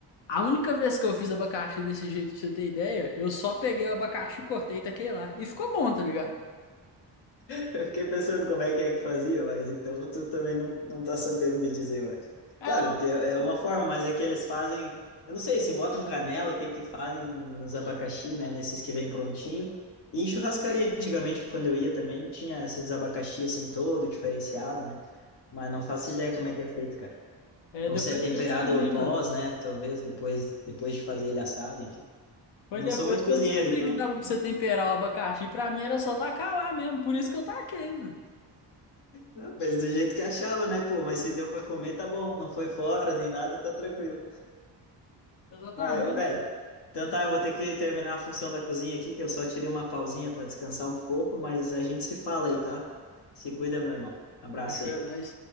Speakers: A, on the left; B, on the left.
A: A única vez que eu fiz abacaxi desse jeito, pra você ter ideia, eu só peguei o abacaxi, cortei e taquei lá. E ficou bom, tá ligado?
B: Eu fiquei pensando como é que é que fazia, mas então tu também não, não tá sabendo me dizer, eu acho.
A: É,
B: Claro que é, é uma forma, mas é que eles fazem, eu não sei, se botam canela, o que que fazem nos abacaxi, né, nesses que vêm prontinho. E em churrascaria, antigamente, quando eu ia também, tinha esses abacaxi assim todo diferenciado, né? Mas não faço ideia como é que é feito, cara.
A: é
B: Ou
A: depois
B: se é temperado
A: que eu descobri,
B: pós,
A: mano.
B: né, talvez depois depois de fazer ele assado, enfim.
A: Foi
B: Eu não
A: depois
B: sou muito
A: que
B: cozinheiro,
A: eu descobri
B: então
A: que dava pra você temperar o abacaxi. Pra mim era só tacar lá mesmo. Por isso que eu taquei, mano.
B: Não, Fez do jeito que achava, né, pô? Mas se deu pra comer, tá bom. Não foi fora nem nada, tá tranquilo.
A: Exatamente.
B: Mas, ô, velho. Então tá, eu vou ter que terminar a função da cozinha aqui, que eu só tirei uma pausinha pra descansar um pouco, mas a gente se fala aí, tá? Se cuida, meu irmão. Abraço
A: Fechou,
B: aí.
A: é nóis.